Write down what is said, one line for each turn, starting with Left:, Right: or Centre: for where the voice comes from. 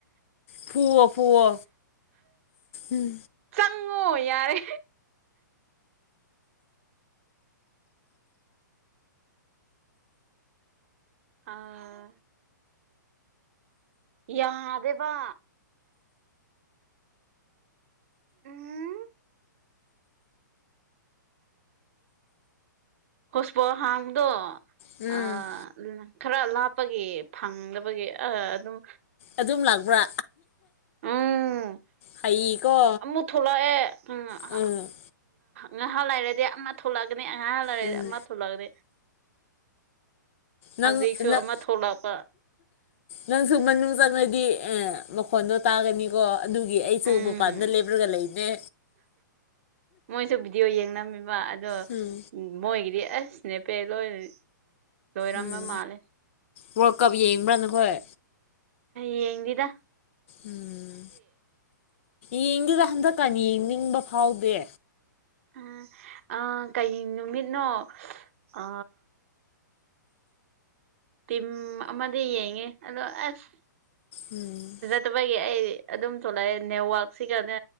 Left: ꯄꯨꯋꯣ ꯄꯨꯋꯣ ꯎꯝ
Right: ꯆꯪꯉꯣ ꯌꯥꯔꯦ ꯑꯥ ꯌꯥꯗꯦꯕ ꯎꯝ ꯍꯣꯁꯄꯣ ꯍꯥꯡꯗꯣ
Left: ꯎꯝ
Right: ꯑ ꯎ ꯈꯔ ꯂꯥꯞꯄꯒꯤ ꯐꯪꯗꯕꯒꯤ ꯑ ꯑꯗꯨꯝ
Left: ꯑꯗꯨꯝ ꯂꯥꯛꯄ꯭ꯔꯥ
Right: ꯎꯝ
Left: ꯍꯩꯀꯣ
Right: ꯑꯃꯨꯛ ꯊꯂꯥ ꯑꯦ ꯑ
Left: ꯎꯝ
Right: ꯉꯍꯥꯟ ꯂꯩꯥꯏꯔꯗꯤ ꯑꯃ ꯊꯣꯛꯂꯛꯒꯅꯤ ꯑꯉꯥꯡ ꯂꯩꯔꯗꯤ
Left: ꯎꯝ
Right: ꯑꯃ ꯊꯣꯛꯂꯛꯑꯅꯤ ꯍꯧꯖꯤꯛꯁꯨ
Left: ꯅꯪꯪ ꯅꯪ
Right: ꯑꯃ ꯊꯣꯛꯂꯛꯄ
Left: ꯅꯪꯁꯨ ꯃꯅꯨꯡ ꯆꯪꯉꯗꯤ ꯑ ꯃꯈꯣꯟꯗꯣ ꯇꯥꯒꯅꯤꯀꯣ ꯑꯗꯨꯒꯤ ꯑꯩꯁꯨ
Right: ꯎꯝ
Left: ꯃꯄꯥꯟꯗ ꯂꯦꯞꯂꯒ ꯂꯩꯅꯦ
Right: ꯃꯣꯏꯁꯨ ꯚꯤꯗꯤꯑꯣ ꯌꯦꯡꯅꯝꯃꯤꯕ ꯑꯗꯣ
Left: ꯎꯝ
Right: ꯃꯣꯏꯒꯤꯗꯤ ꯑꯁꯅꯦꯄꯦ ꯂꯣꯏ ꯂꯣꯏꯔꯝꯕ
Left: ꯎꯝ
Right: ꯃꯥꯜꯂꯦ
Left: ꯋꯥꯔꯜ ꯀꯞ ꯌꯦꯡꯕ꯭ꯔꯥ ꯅ ꯍꯣꯏ
Right: ꯌꯦꯡꯡꯗꯗ
Left: ꯎꯝ ꯌꯦꯡꯗꯨꯗ ꯍꯟꯗꯛꯀ ꯌꯦꯡꯅꯤꯡꯕ ꯐꯥꯎꯗꯦ
Right: ꯎꯝ ꯑꯥ ꯀꯩ ꯅꯨꯃꯤꯠꯅꯣ ꯑ ꯇꯝ ꯑꯃꯇꯤ ꯌꯦꯉꯦ ꯑꯗꯣ ꯑꯁ
Left: ꯎꯝ
Right: ꯆꯕꯒꯤ ꯑꯩ ꯑꯗꯨꯝ ꯊꯣꯛꯂꯛꯑꯦ ꯅꯦꯠꯋꯛꯁꯤꯒꯅꯦ